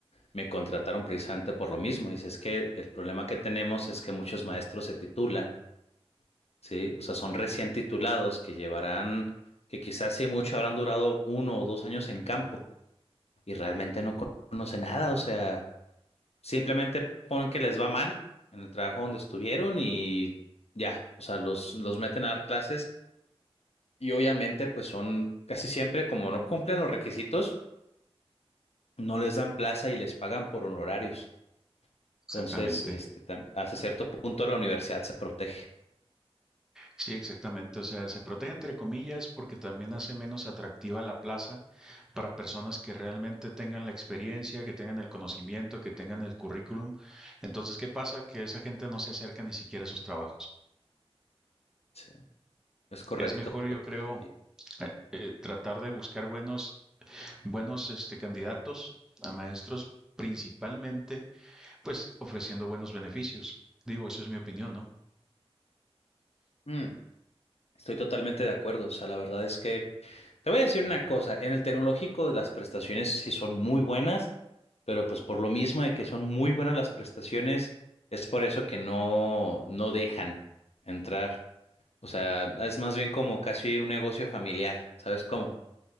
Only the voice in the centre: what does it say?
exactamente.
Sí, exactamente. O sea, se protege entre comillas porque también hace menos atractiva la plaza para personas que realmente tengan la experiencia, que tengan el conocimiento, que tengan el currículum. Entonces, ¿qué pasa? Que esa gente no se acerca ni siquiera a esos trabajos.
Es mejor, yo creo,
eh, eh, tratar de buscar buenos, buenos, este, candidatos a maestros, principalmente, pues, ofreciendo buenos beneficios. Digo, eso es mi opinión, ¿no?